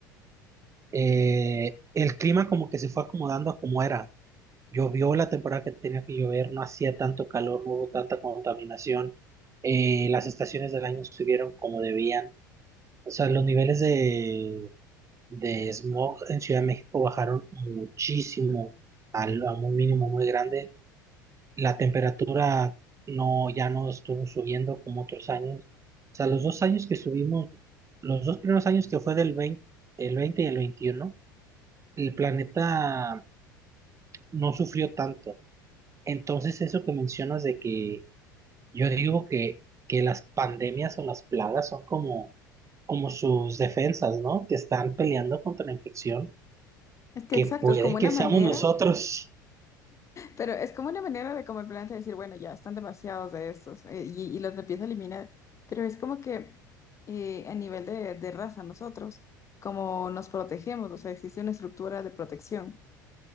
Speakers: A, on the right (about 30°); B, on the left (about 30°).
A: eh, el clima como que se fue acomodando a como era. Llovió la temporada que tenía que llover, no hacía tanto calor, no hubo tanta contaminación, eh, las estaciones del año estuvieron como debían. O sea, los niveles de, de smog en Ciudad de México bajaron muchísimo, al, a un mínimo muy grande. La temperatura no, ya no estuvo subiendo como otros años. O sea, los dos años que subimos, los dos primeros años que fue del 20 el 20 y el 21, el planeta no sufrió tanto. Entonces, eso que mencionas de que Yo digo que, que las pandemias o las plagas son como, como sus defensas, ¿no? Que están peleando contra la infección,
B: Es que
A: que
B: exacto,
A: puede
B: es como una
A: que seamos
B: manera,
A: nosotros.
B: pero es como una manera de como el planeta decir, bueno, ya están demasiados de estos eh, y, y los empieza a eliminar, pero es como que eh, a nivel de, de raza nosotros, como nos protegemos, o sea, existe una estructura de protección.